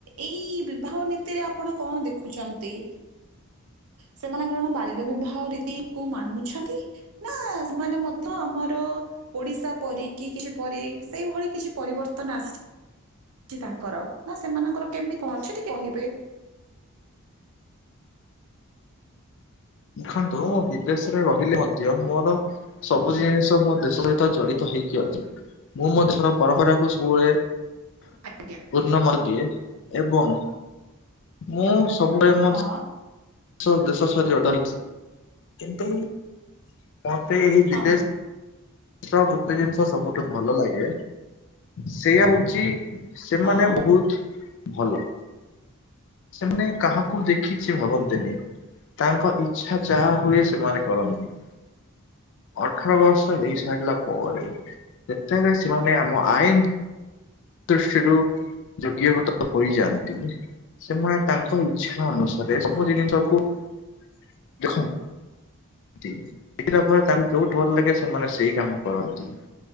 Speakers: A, on the right; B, on the left.
A: ଏଇ ବିବାହ ନୀତିରେ ଆପଣ କଣ ଦେଖୁଚନ୍ତି? ସେମାନେ କଣ ବାଲ୍ୟ ବିବାହ ରୀତି କୁ ମାନୁଛନ୍ତି? ନା ସେମାନେ ମଧ୍ୟ ଆମର ଓଡିଶା ପରି କି କିଛି ପରି ସେଇଭଳି କିଛି ପରିବର୍ତ୍ତନ ଆସି ଚି ତାଙ୍କର ନା ସେମାନଙ୍କର କେମିତି କଣ ଅଛି ଟିକେ କହିବେ?
B: ଦେଖନ୍ତୁ ମୁଁ ବିଦେଶରେ ରହିଲି ମଧ୍ୟ ମୋର ସବୁ ଜିନିଷ ମୋ ଦେଶ ସହିତ ଜଡିତ ହେଇକି ଅଛି। ମୁଁ ମୋ ଦେଶର ପରମ୍ପରା କୁ ସବୁବେଳେ
A: ଆଜ୍ଞା।
B: ଉୂର୍ଣମ ଦିଏ ଏବଂ ମୁଁ ସବୁବେଳେ ମ
A: ହଁ
B: ଦେଶ ଦେଶ ଶରୀର ଟା ହେଇକି କିନ୍ତୁ ମତେ ଏହି
A: ହଁ
B: ବିଦେଶ ସ ଗୋଟେ ଜିନିଷ ସବୁଠୁ ଭଲ ଲାଗେ ସେଇଆ ହଉଚି ସେମାନେ
A: ହଁ
B: ବହୁତ ଭଲ। ସେମାନେ କାହାକୁ ଦେଖିଚି ଭାବନ୍ତିନି ତାଙ୍କ ଇ ଛା ଯାହା
A: ହଁ ହଁ
B: ହୁଏ ସେମାନେ କରନ୍ତି। ଅଠର
A: ହଁ।
B: ବର୍ଷ ହେଇ ସାରିଲା ପରେ ଯେତବେଳେ ସେମାନେ ଆମ ଆଇନ ଦୁଷ୍ଟିରୁ ଯୋଗ୍ୟଭୂତ ହୋଇଯାଆନ୍ତି ସେମାନେ ତାଙ୍କ ଇ ଇଛା ଅନୁସାରେ
A: ହଁ।
B: ସବୁ ଜିନିଷକୁ ଦେଖ ନ୍ତି ଦେଖିଲା ପରେ ତାଙ୍କୁ ଯୋଉଠି ଭଲ ଲାଗେ ସେମାନେ ସେଇ କାମ କରନ୍ତି।